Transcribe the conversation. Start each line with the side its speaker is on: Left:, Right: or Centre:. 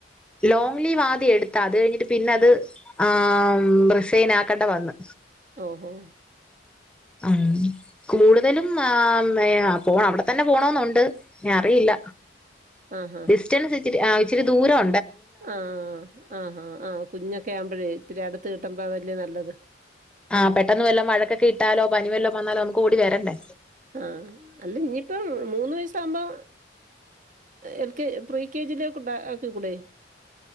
Centre: ലോങ് ലീവ് ആദ്യം എടുത്താ അത് കഴിഞ്ഞിട്ട് പിന്നെ അത് ആ റിസൈൻ ആക്കണ്ട വന്ന്
Right: ഓഹോ
Centre: ആ കൂടുതലും ആ വേ പോണം അവ്ടെ തന്നെ പോണാെന്നുണ്ട് ന്നെ അറിയില്ല
Right: ആഹ്
Centre: ഡിസ്റ്റൻസ് ഇച്ചിരി ആ ഇച്ചിരി ദൂര ഒ
Right: ആ ആഹാ ആ കുഞ്ഞൊക്കെ ആവുമ്പഴേ ഇത്തിരി അടുത്ത് കിട്ടുമ്പോ അതല്ലേ നല്ലത്
Centre: ആ പെട്ടെന്ന് വല്ലം വഴക്കൊക്കെ ഇട്ടാലോ പനി വല്ലോം വന്നാലോ നമുക്ക് ഓടി വരണ്ടേ
Right: ആ അല്ല ഇനിയിപ്പം മൂന്ന് വയസാകുമ്പാ എൽകെ പ്രികെജിയിലേക്ക് കൊണ്ടാ ആക്കി കൂടെ ഉ <inaudible>